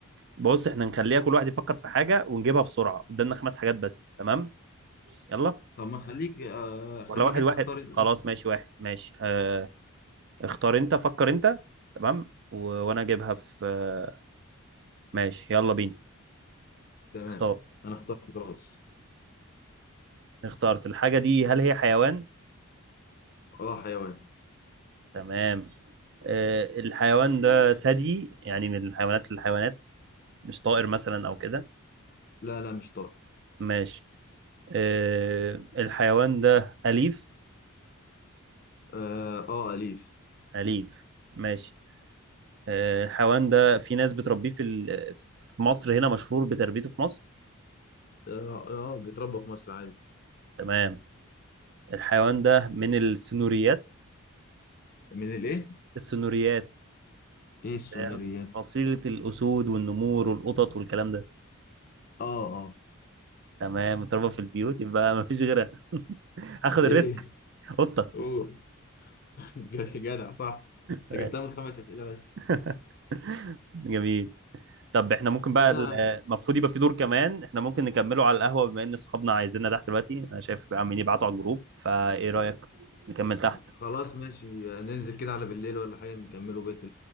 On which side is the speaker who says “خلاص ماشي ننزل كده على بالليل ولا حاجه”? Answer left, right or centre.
Left